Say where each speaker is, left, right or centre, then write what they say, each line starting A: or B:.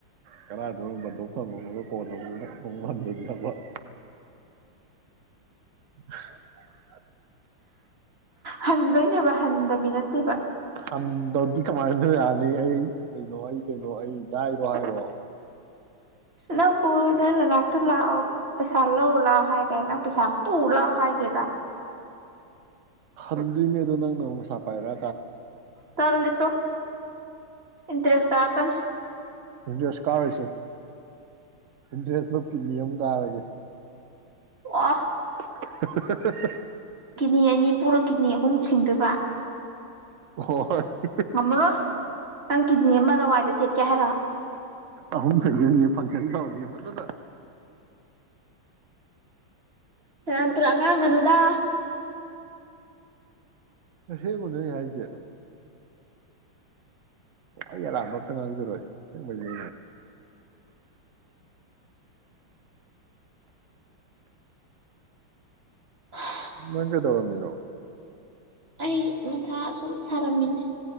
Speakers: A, on the right; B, on the right.
A: ꯀꯗꯥꯏꯗꯅꯣ ꯕꯟꯗꯣꯞ ꯊꯃꯨꯔꯒ ꯀꯣꯟꯅꯃꯨꯛ ꯄꯥꯟꯖꯤꯟꯅꯕ <unintelligible> <unintelligible>
B: ꯍꯟꯗꯣꯏꯅꯦꯕ ꯍꯟꯗꯕꯤ ꯅꯠꯇꯦꯕ
A: ꯍꯟꯗꯗꯤ ꯀꯃꯥꯏꯅ ꯌꯥꯅꯤ ꯑꯩ ꯀꯩꯅꯣ ꯑꯩ ꯀꯩꯅꯣ ꯑꯩ ꯗꯥꯏꯔꯣ ꯍꯥꯏꯔꯣ
B: ꯅꯪꯕꯨ ꯅꯪ ꯅꯅꯥꯛ ꯇ ꯂꯥꯛꯑꯣ ꯄꯩꯁꯥ ꯂꯧ ꯂꯥꯎꯑꯣ ꯍꯥꯏꯗꯥꯏ ꯅꯪ ꯄꯩꯁꯥ ꯄꯨ ꯂꯥꯎꯑꯣ ꯍꯥꯏ ꯍꯥꯏꯗꯦꯗ
A: ꯍꯟꯗꯣꯏꯅꯦ ꯑꯗꯨ ꯅꯪꯅ ꯃꯩꯛ ꯄꯩꯁꯥꯄꯥꯏꯔ
B: ꯇꯂꯤꯆꯣ <inaudible>
A: ꯏꯟꯇꯔꯦꯁ ꯀꯥꯔꯣꯏꯁꯦ ꯏꯟꯇꯔꯦꯁꯇꯣ ꯀꯤꯗꯅꯤ ꯑꯃꯥ ꯀꯥꯔꯒꯦ
B: ꯋꯥ
A: ꯍꯍꯦꯍꯦ
B: ꯀꯤꯠꯅꯤ ꯑꯅꯤ ꯄꯨꯔ ꯀꯤꯠꯅꯤ ꯑꯍꯨꯝ ꯁꯤꯡꯗꯣꯏꯕ
A: ꯍꯣ ꯍꯣꯏ
B: ꯉꯝꯃꯥꯔꯣꯏ ꯅꯪ ꯀꯤꯗꯅꯦ ꯑꯃ ꯂꯋꯥꯏꯗ ꯊꯦꯠꯀꯦ ꯍꯥꯏꯔꯣ
A: ꯑꯍꯨꯝ ꯂꯩꯒꯅꯤ ꯐꯪꯁꯟ <unintelligible>
B: ꯁꯦꯔꯥꯟ ꯇꯨꯔꯥꯟ ꯉꯥꯡꯒꯅꯨꯗ
A: ꯑꯁꯦꯡꯕꯅꯦ ꯑꯩ ꯍꯥꯏꯁꯦ ꯑꯩ ꯑꯔꯥꯟꯕ ꯑꯝꯇ ꯉꯥꯡꯖꯔꯣꯏ ꯁꯦꯡꯕꯅꯦ
B: ꯍ
A: ꯅꯪ ꯀꯩꯗꯧꯔꯝꯃꯤꯅꯣ
B: ꯑꯩ ꯃꯊꯥ ꯁꯨꯝ ꯁꯥꯔꯝꯃꯤꯅꯤ